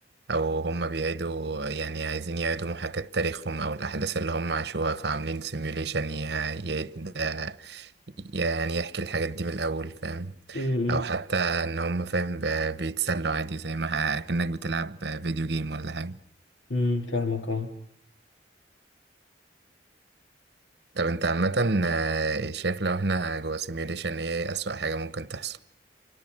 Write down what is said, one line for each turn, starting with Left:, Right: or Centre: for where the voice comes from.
Right: او هم بيعيدوا يعني عايزين يعيدوا محاكاة تاريخهم او الاحداث اللي هم عاشوها فعاملين سيميوليشن يعيد آه، يعني يحكي الحاجات دي من الاول فاهم
Left: امم
Right: او حتى ان هم فاهم ب- بيتسلوا عادي زي ما كأنك بتلعب فيديو جيم ولا حاجة
Left: امم فاهمك اه
Right: طب انت عامة آه، شايف لو احنا جوا سيميوليشن ايه اسوأ حاجة ممكن تحصل